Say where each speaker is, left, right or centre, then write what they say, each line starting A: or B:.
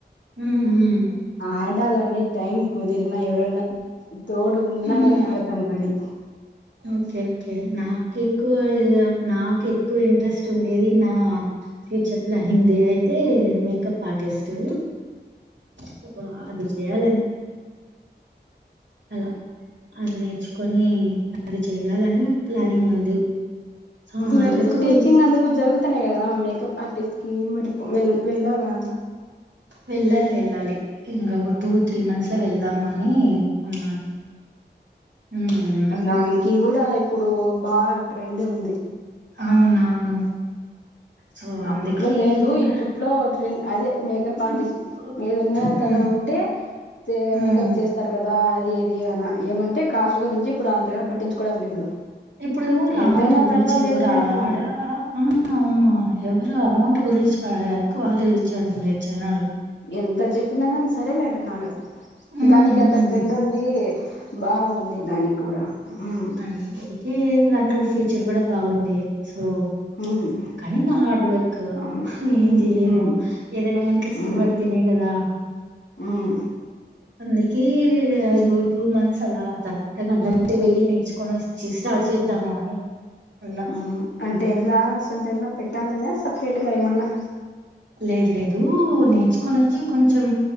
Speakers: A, on the right; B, on the left.
A: ఉమ్ ఉమ్
B: ఆడాలనే టైమ్ కుదిరినా ఎవరన్నా తోడు ఉన్నాగాని
A: హ్మ్.
B: ఆడతాను మరి
A: ఓకే ఓకే నాకు ఎక్కువ ఇ నాకు ఎక్కువ ఇంట్రెస్ట్ ఉండేది నా ఫ్యూచర్ ప్లానింగ్ది అయితే మేకప్ ఆర్టిస్ట్ సో అది చెయాలని అలా అది నేర్చుకొని అది చేయాలని ప్లానింగ్ ఉంది సో,
B: మరి
A: అందుకు
B: పుట్టి చింగ్ అందుకు జరుగు వస్తున్నాయి కదా మేకప్ ఆర్టిస్ట్ కి మరి వె వెళ్ళావా
A: వెళ్ళాలి వెళ్ళాలి ఇంకా ఒక టూ త్రీ మంత్స్ లో వెళ్దాము అని ఉన్నాను. హ్మ్.
B: దానికి కూడా ఇప్పుడు బా రెండూ ఉంధి
A: అవునవును. సో, అందుకే
B: అప్పట్లో లేదు
A: ఇంకా
B: ఇప్పట్లో ట్రెండ్ అదే మేకప్ ఆర్టిస్ట్
A: ఇప్పుడు
B: ఏద
A: హ్మ్.
B: తను ఉంటే
A: హ్మ్.
B: మేకప్ చేస్తారు కదా ద అది ఇది అనా ఏమంటే కాస్ట్ గురించి ఇప్పుడు అంతగా పట్టించుకోవడం లేదు
A: ఇప్పుడు రాధు
B: ఎంతైనా పర్వాలేదులే
A: ఎంచెపు రాధు
B: అంటున్నారు
A: రారా ఆ ఎవరు అమౌంట్ గురించి ఎక్కువలు ఇచ్చయడం లేదు జనాలు
B: ఎంత చెప్పినా సరేలే అంటున్నారు
A: హ్మ్.
B: దానికి
A: హ్మ్.
B: ఎంత ట్రెండ్ ఉంది బాగుంది దానికి కూడా మ్మ్
A: అందుకీ దాంట్లో ఫ్యూచర్ కూడా బాగుంది సో
B: మ్మ్
A: కానీ నా హార్డ్ వర్క్
B: అవును
A: ఏం చేయలేము
B: మ్మ్
A: ఏదైనా కనుక ఇష్టపడతనే
B: మ్మ్
A: కదా
B: మ్మ్
A: అందుక <unintelligible> టూ మంత్స్ అలా <unintelligible> వెళ్ళ తీుకొని వచ్చ స్టార్ట్ చేద్దాము అని ఉన్నా
B: మ్మ్ అంటే ఎలా సొంతంగా పెట్టాలనే సపరేట్గా ఏమన్నా
A: లేదు లేదు నేర్చుకొని వచ్చి కొంచెం